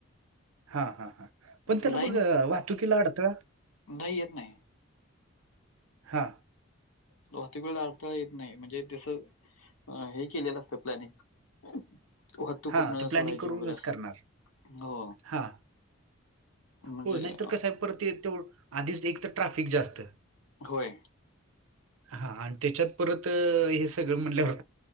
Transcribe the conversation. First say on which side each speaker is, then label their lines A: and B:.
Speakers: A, on the right (about 75°); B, on the left (about 80°).
A: हा हा हां पण त्याला
B: लाईन
A: मग वाहतुकीला अडथळा.
B: नाही येत नाही.
A: हां
B: बहुतेक वेळा अडथळा येत नाही म्हणजे तसं हे केलेलं असतं प्लॅनिंग. हो वाहतूक
A: हा
B: कुठण
A: ते प्लॅनिंग
B: सोडायची
A: करूनच
B: वगैरे अस
A: करणार
B: हो!
A: हा
B: म्हणजे
A: हो नाहीतर
B: अं,
A: कसं आहे परत ते आधीच एक तर ट्राफिक जास्त.
B: होय.
A: हा आणि त्याच्यात परत हे सगळं म्हणल्यावर.